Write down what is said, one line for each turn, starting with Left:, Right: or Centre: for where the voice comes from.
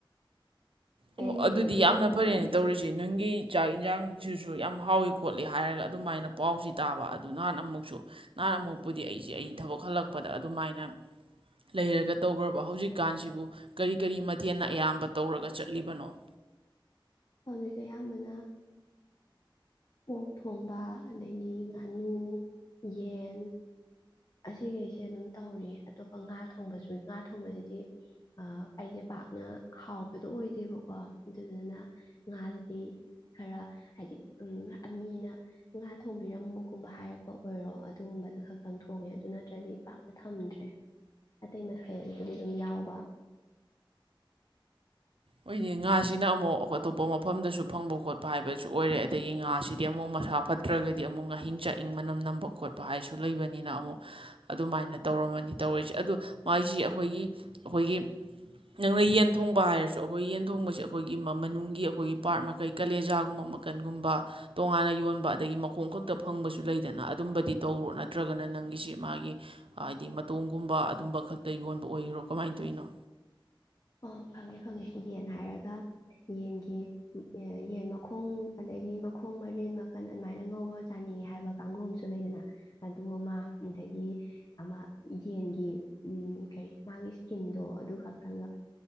Left: ꯀꯩ
Right: ꯑꯣ
Left: ꯂꯩꯔꯒꯦ
Right: ꯑꯗꯨꯗꯤ ꯌꯥꯝꯅ
Left: ꯀꯣꯜ
Right: ꯐꯔꯦꯅꯦ
Left: ꯇꯧꯔꯛꯏꯁꯦ
Right: ꯇꯧꯔꯤꯁꯦ ꯅꯪꯒꯤ ꯆꯥꯛ ꯌꯦꯟꯁꯥꯡꯁꯤꯁꯨ ꯌꯥꯝ ꯍꯥꯎꯏ ꯈꯣꯠꯂꯤ ꯍꯥꯏꯔꯒ ꯑꯗꯨꯃꯥꯏꯅ ꯄꯥꯎꯁꯤ ꯇꯥꯕ ꯑꯗꯨ ꯅꯍꯥꯟ ꯑꯃꯨꯛꯁꯨ ꯅꯍꯥꯟ ꯑꯃꯨꯛꯄꯨꯗꯤ ꯑꯩꯁꯦ ꯑꯩ ꯊꯕꯛ ꯍꯜꯂꯛꯄꯗ ꯑꯗꯨꯃꯥꯏꯅ ꯂꯩꯔꯒ ꯇꯧꯈ꯭ꯔꯕ ꯍꯧꯖꯤꯛꯀꯥꯟꯁꯤꯕꯨ ꯀꯔꯤ ꯀꯔꯤ ꯃꯊꯦꯜꯅ ꯑꯌꯥꯝꯕ ꯇꯧꯔꯒ ꯆꯠꯂꯤꯕꯅꯣ
Left: ꯑꯗꯨꯗꯒꯤ ꯑꯌꯥꯝꯕꯅ ꯑꯣꯣꯛ ꯊꯣꯡꯕ ꯑꯗꯩꯗꯤ ꯉꯥꯅꯨ ꯌꯦꯟ ꯑꯁꯤꯈꯩꯁꯦ ꯑꯗꯨꯝ ꯇꯧꯔꯤ ꯑꯇꯣꯞꯄ ꯉꯥ ꯊꯣꯡꯕꯁꯨꯏ ꯉꯥ ꯊꯣꯡꯕꯁꯤꯗꯤ ꯑꯩꯁꯦ ꯄꯥꯛꯅ ꯍꯥꯎꯕꯗꯣ ꯑꯣꯏꯗꯦꯕꯀꯣ ꯑꯗꯨꯗꯨꯅ ꯉꯥꯁꯤꯗꯤ ꯈꯔ ꯍꯥꯏꯗꯤ ꯃꯤꯅ ꯉꯥ ꯊꯣꯡꯕꯤꯔꯝꯕꯒꯨꯝꯕ ꯍꯥꯏꯔꯛꯄ ꯑꯣꯏꯔꯣ ꯑꯗꯨꯒꯨꯝꯕꯗꯨ ꯈꯛꯇꯪ ꯊꯣꯡ ꯍꯣꯡꯉꯦ ꯑꯗꯨ ꯅꯠꯇ꯭ꯔꯗꯤ ꯄꯥꯛꯅ ꯊꯝꯗ꯭ꯔꯦ ꯑꯇꯩ ꯃꯊꯦꯜꯕꯨꯗꯤ ꯑꯗꯨꯝ ꯌꯥꯎꯕ
Right: ꯑꯣꯏꯗꯤ ꯉꯥꯁꯤꯅ ꯑꯃꯨꯛ ꯑꯇꯣꯞꯄ ꯃꯐꯝꯗꯁꯨ ꯐꯪꯕ ꯈꯣꯠꯄ ꯍꯥꯏꯕꯁꯨ ꯑꯣꯏꯔꯦ ꯑꯗꯒꯤ ꯉꯥꯁꯤꯗꯤ ꯑꯃꯨꯛ ꯃꯁꯥ ꯐꯠꯇ꯭ꯔꯒꯗꯤ ꯑꯃꯨꯛ ꯉꯥꯍꯤꯡ ꯆꯥꯛꯏꯪ ꯃꯅꯝ ꯅꯝꯕ ꯈꯣꯠꯄ ꯍꯥꯏꯁꯨ ꯂꯩꯕꯅꯤꯅ ꯑꯃꯨꯛ ꯑꯗꯨꯃꯥꯏꯅ ꯇꯧꯔꯝꯃꯅꯤ ꯇꯧꯔꯤꯁꯦ ꯑꯗꯨꯗꯣ ꯃꯥꯏꯁꯤ ꯑꯩꯈꯣꯏꯒꯤ ꯑꯩꯈꯣꯏꯒꯤ ꯅꯪꯅ ꯌꯦꯟ ꯊꯣꯡꯕ ꯍꯥꯏꯔꯁꯨ ꯑꯩꯈꯣꯏ ꯌꯦꯟ ꯊꯣꯡꯕꯁꯦ ꯑꯩꯈꯣꯏꯒꯤ ꯃꯅꯨꯡꯒꯤ ꯑꯩꯈꯣꯏꯒꯤ ꯄꯥꯔꯠ ꯃꯈꯩ ꯀꯂꯦꯖꯥꯒꯨꯝꯕ ꯃꯈꯟꯒꯨꯝꯕ ꯇꯣꯉꯥꯟꯅ ꯌꯣꯟꯕ ꯑꯗꯒꯤ ꯃꯈꯣꯡ ꯈꯛꯇ ꯐꯪꯕꯁꯨ ꯂꯩꯗꯅ ꯑꯗꯨꯝꯕꯗꯤ ꯇꯧꯔꯣ ꯅꯠꯇ꯭ꯔꯒꯅ ꯅꯪꯒꯤꯁꯤ ꯃꯥꯒꯤ ꯍꯥꯏꯗꯤ ꯃꯇꯣꯡꯒꯨꯝꯕ ꯑꯗꯨꯝꯕ ꯈꯛꯇ ꯌꯣꯟꯕ ꯑꯣꯏꯔꯣ ꯀꯃꯥꯏꯅ ꯇꯧꯔꯤꯅꯣ
Left: ꯑꯣ ꯐꯪꯉꯦ ꯐꯪꯉꯦ ꯌꯦꯟ ꯍꯥꯏꯔꯒ ꯌꯦꯟꯒꯤ ꯌꯦꯟ ꯃꯈꯣꯡ ꯑꯗꯩꯗꯤ ꯃꯈꯣꯡ ꯃꯔꯤꯟ ꯃꯈꯟ ꯑꯗꯨꯃꯥꯏꯅ ꯉꯧꯔ ꯆꯥꯅꯤꯡꯉꯦ ꯍꯥꯏꯕ ꯀꯥꯡꯕꯨ ꯑꯃꯁꯨ ꯂꯩꯗꯅ ꯑꯗꯨ ꯑꯃ ꯑꯗꯒꯤ ꯑꯃ ꯌꯦꯟꯒꯤ ꯎ ꯀꯩ ꯃꯥꯒꯤ ꯏꯁꯀꯤꯟꯗꯣ ꯑꯗꯨ ꯈꯛꯇꯪꯒ